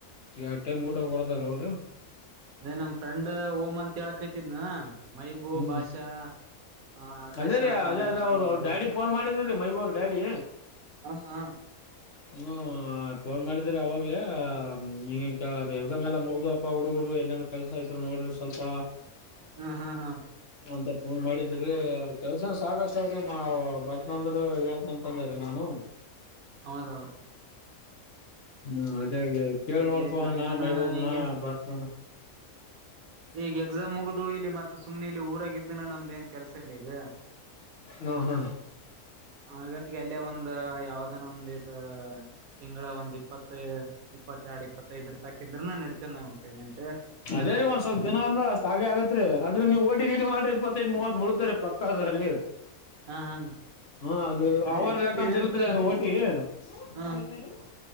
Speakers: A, on the left; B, on the right.
A: ಎರ ಟೈಮ್ ಊಟ ಕೊಡತಾರ ಅವ್ರೇ
B: ಅದೇ ನಮ್ ಫ್ರೆಂಡ್ ಓಂ ಅಂತ ಹೇಳಕೈತಿದ್ನ ಮೈಬೂ
A: ಹ್ಮ್
B: ಭಾಷಾ ಆ ಆಕಾಶ
A: ಅದೇ ರೀ
B: ಅಂತ
A: ಅದೇ
B: ಒಂದ
A: ಅದ ಅವ್ರು
B: ಒಂದ್
A: ಅವ್ರ ಡ್ಯಾಡಿ ಫೋನ್ ಮಾಡಿದ್ರೀ ಮೈಬೂ್ರ ಡ್ಯಾಡಿ
B: ಹಾ ಹಾ
A: ಹ್ಮ ಫೋನ್ ಮಾಡಿದ್ರಿ ಅವಾಗ್ಲ ಹ ಎಕ್ಸಾಮ್ ಎಲ್ಲಾ ಮುಗ್ದಪ್ಪ ಹುಡುಗರು ಏಲ್ಲನ ಕೆಲ್ಸ ಆ್ರು ನೋಡ್ರ ಸ್ವಲ್ಪ
B: ಹ್ಮ್ ಹ್ಮ್ ಹಾ್
A: ಅಂತ ಫೋನ್ ಮಾಡಿದ್ರೆ ಕೆಲ್ಸನ್ ಸಾಕಷ್ಟ ಅವ್ರಿ ಮಾ ಬರ್ತ್ನಂದ್ರ ಹೇಳ್ತ್ನಂತಂದ್ರೀ ನಾನು
B: ಹೌದೌದು
A: ಹ್ಮ ಅದೇ ಕೇಳ್
B: ಇಲ್ಲಿ
A: ನೋಡ್ಪ ಅವ
B: ನಮ್ದನ
A: ಮೈಬಾಬನಾ
B: ಈಗ
A: ಭತನ
B: ಈಗ ಎಕ್ಸಾಮ್ ಮುಗ್ದ ಇಲ್ಲಿ ಮತ್ತ ಸುಮ್ನೆ ಇಲ್ಲಿ ಊರಾಗಿದ್ದನ ನಮ್ದ ಏನ್ ಕೆಲ್ಸ ಇಲ್ಲ ಈಗ
A: ಹ ಹ
B: ಹಾಗ ಈಗ ಅಲ್ಲೇ ಒಂದ ಯಾವ್ದಾನ ಒಂದಿಟ್ಟು ತಿಂಗಗಳ ಒಂದ್ ಇಪ್ಪತ್ತು ಇಪ್ಪತ್ತೆರಡು ಇಪ್ಪತ್ತೈದರ ತಕಿದ್ರನ ನಡತೇ ನ ಪೇಂಮ್ಯಂಟ್
A: ರೇರಿ ಒಂದ ಸ್ವಲ್ಪ ದಿನ ಆದ್ಮೇಲೆ ಅಷ್ಟ ಹಾಗ ಆಗತ್ರಿ ಆದ್ರೆ ನೀವು ಹೋಟಿ ಗೀಟಿ ಮಾಡ್ರ ಇಪ್ಪತ್ತೈಐದು ಮೂವತ್ ಬಳತೇ ರ ಪಕ್ಕ ಅದ್ರಲ್ಲಿ
B: ಹ ಹಾ
A: ಹಾ ಅದು
B: ಅದೇ
A: ಅವರ್
B: ಎಕ್ಸ್ಪೀರಿಯನ್ಸ್
A: ಲೆಕ್ಕ ಅಂತ ಇರ್ತ್ರಿ ಅದು ಓಟಿ
B: ಹ ಹಾ
A: ಬಳಿಗಳು